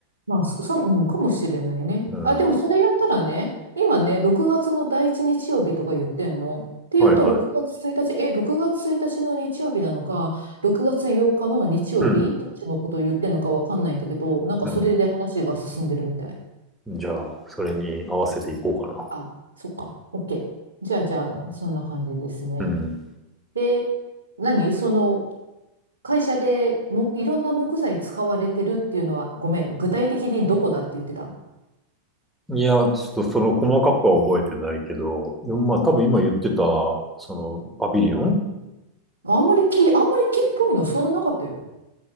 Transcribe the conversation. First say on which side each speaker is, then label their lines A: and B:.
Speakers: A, on the right; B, in the centre.
A: まあ、そ、そうん、かもしれないね。
B: うん。
A: あ、でもそれやったらね、今ね、6月の第一日曜日とか言ってんの。っていうと、
B: はいはい。
A: 6月1日、え、6月1日の日曜日なのか、6月8日の日曜日、
B: うん。
A: どっちのことを言ってんのかわかんないんだけど、なんかそれで話が進んでるみたい。
B: うん。じゃあ、それに合わせていこうかな。
A: あ、そっか、OK。じゃあ、じゃあ、そんな感じですね。
B: うん。
A: で、何その、会社でも、いろんな木材使われてるっていうのは、ごめん、具体的にどこだって言ってた
B: いや、ちょっとその細かくは覚えてないけど、でもまあ多分今言ってた、そのパビリオン
A: あんまり木、あんまり木っぽいのそんななかったよ。